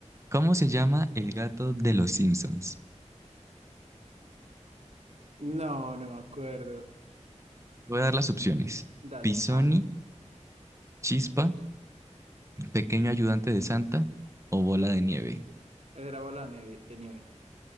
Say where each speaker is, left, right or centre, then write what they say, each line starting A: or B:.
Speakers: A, on the right (about 25°); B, on the right (about 60°).
A: ¿Cómo se llama el gato de los Simpsons?
B: No, no me acuerdo.
A: Voy a dar las opciones.
B: Dale,
A: Pisoni,
B: ah, bien.
A: Chispa, Pequeño Ayudante de Santa o Bola de Nieve.
B: Esa Era bola de nieve, de nieve.